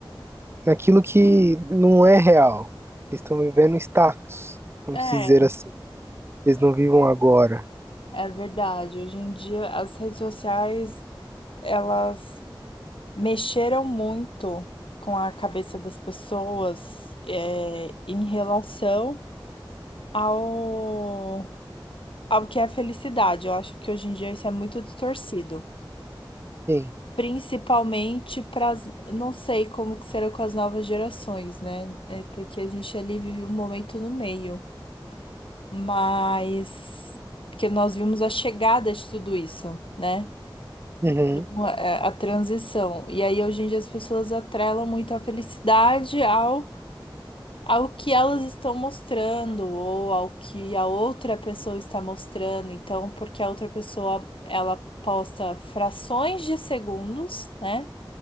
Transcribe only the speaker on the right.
naquilo que não é real. Eles estão vivendo status, vamos
dizer assim. Eles não vivam agora.
Sim.
Uhum,